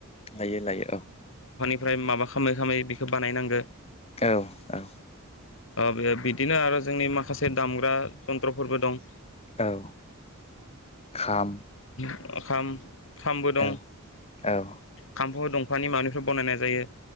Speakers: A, on the left; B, on the left.
A: लायोयो लायोायो औ
B: ओमफ्राय माबा खालामै खालामै बेखौ बानायनांगो
A: औ औ
B: बे बिदिनो आरो जोंनि माखासे दामग्रा जन्थ्रफोरबो दं
A: औ खाम
B: ओ खाम खामबो दं।
A: औ औ
B: खाम्फुबो दंफांनि माबानिफोर बनायनाय जायो?